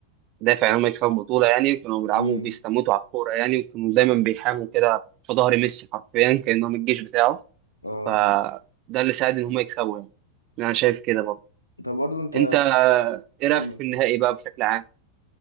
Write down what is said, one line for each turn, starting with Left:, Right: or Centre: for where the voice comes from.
Right: دافع إنهم يكسبوا البطولة يعني كانوا بيلعبوا
Left: مم.
Right: وبيستموتوا على الكورة يعني وكانوا دايما بيحاموا كده في ظهر ميسي حرفيا كأنهم الجيش بتاعه
Left: اه
Right: فده اللي ساعد إن هم يكسبوا يعني أنا شايف كده برضه
Left: طب برضه أنت
Right: أنت إيه
Left: كمل
Right: رأيك في النهائي بقى بشكل عام؟